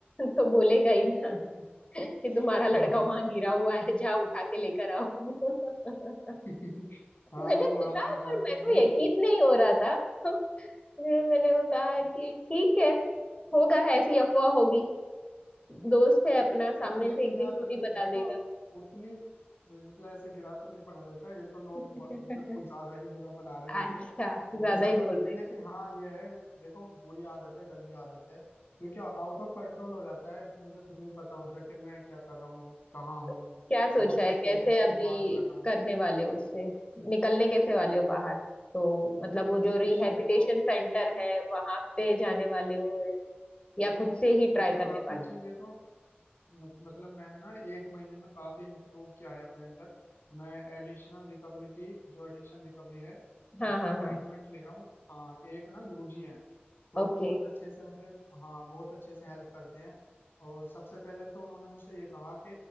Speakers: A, on the left (about 30°); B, on the left (about 65°).
A: तो बोलेगा ही ना
B: <laughs>
A: कि तुम्हारा लड़का
B: हाँ
A: वहां गिरा हुआ है जाओ उठा के लेकर आओ <laughs>
B: <laughs> हाँ
A: मैंने सुना
B: उड़ा लो
A: है
B: मजाक
A: पर मेरे
B: तुम
A: को
B: भी
A: यकीन नहीं हो रहा था <laughs> फिर मैंने वो कहा
B: <laughs>
A: कि ठीक है होगा ऐसी अफवाह होगी दोस्त है अपना सामने
B: हाँ लेकिन
A: से एक
B: यार
A: दिन खुद ही बता
B: देखो
A: देगा
B: उतनी ए, मतलब ऐसे गिरा तो नहीं पड़ा रहता है। ये तो लोग
A: <laughs>
B: ब- मतलब कुछ ज्यादा ही बुरा बना रहे हैं मुझे
A: अच्छा ज्यादा
B: ये ऐसा
A: ही
B: तो
A: बोल
B: नहीं
A: रहे
B: है
A: हैं
B: लेकिन हाँ ये है देखो बुरी आदत है गंदी आदत है क्योंकि आउट ऑफ कंट्रोल हो जाता है मुझे खुद नहीं पता होता कि मैं क्या कर रहा हूँ कहाँ हूँ
A: तो क्या सोचा
B: और
A: है
B: किस
A: कैसे
B: तरीके से
A: अभी
B: मैं बात कर रहा हूँ
A: करने वाले हो उससे निकलने कैसे वाले हो बाहर तो मतलब वो जो रिहैबिलिटेशन
B: उससे देखो
A: सेंटर है वहां पे जाने वाले हो या खुद से ही ट्राई
B: देखो काफी
A: करने वाले
B: चीजें तो मत, मतलब मैंने ना एक महीने में काफी इम्प्रूव किया है अपने अंदर मैं एडिशनल रिकवरी की जो एडिक्शन रिकवरी है
A: हाँ
B: उसका
A: हाँ हाँ
B: ट्रीटमेंट ले रहा हूँ हाँ एक ना गुरुजी हैं तो
A: ओके
B: वो बहुत अच्छे से मतलब हाँ बहुत अच्छे से हेल्प करते हैं और सबसे पहले तो उन्होंने मुझसे ये कहा कि